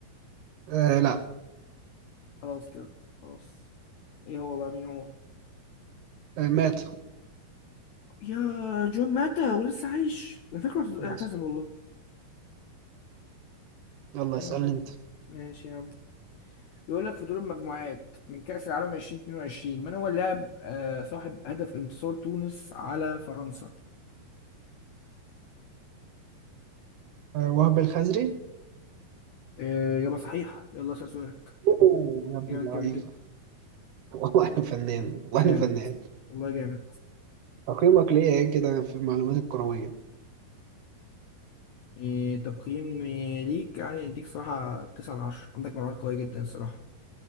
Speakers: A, on the right; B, on the left.
A: آه لا
B: خلاص كده خلاص ايه هو بقى مين هو
A: آه مات
B: يا جون ماتا ولسه عايش انا فاكره
A: ماشي.
B: اعتزل والله
A: يلا
B: أيوة.
A: اسألني انت
B: ماشي يا عم بيقول لك في دور المجموعات من كأس العالم 2022 من هو اللاعب آه صاحب هدف انتصار تونس على فرنسا
A: آه وهب الخزري
B: آه، إجابة صحيحة يلا اسأل سؤالك
A: اوه يا ابن
B: جامد
A: اللعيبة
B: جامد جدا
A: <laughs> والله انا فنان والله
B: جامد
A: انا فنان
B: والله جامد
A: تقييمك ليا ايه كده في المعلومات الكروية
B: إيه تقييم إيه، ليك يعني اديك صراحة تسعة من عشرة عندك معلومات قوية جدا الصراحة